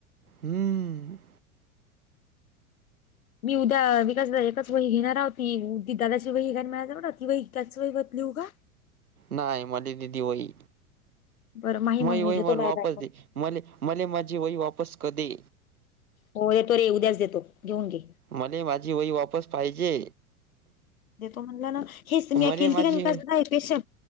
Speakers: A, on the right; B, on the left.
A: हम
B: मी उद्या विकास दादा एकाच वही घेणार हाव ती दादा वही हाय ना माझ्या जवळं ती वही त्याच वही वर लिहू का
A: नाय मले दे ती वही
B: बरं माही मग
A: माई
B: मी
A: वही
B: घेतो
A: मला
B: माझ्या
A: वापस
B: बॅग मध्ये
A: दे मले मले माझी वई वापस क दे
B: हो देतो रे उद्याच देतो. घेऊन घे
A: मले माझी वई वापस पाहिजे.
B: देतो म्हणलं ना हेच त
A: मले
B: मी केलती
A: माझी
B: का नाय विकास दादा हे स्पेशल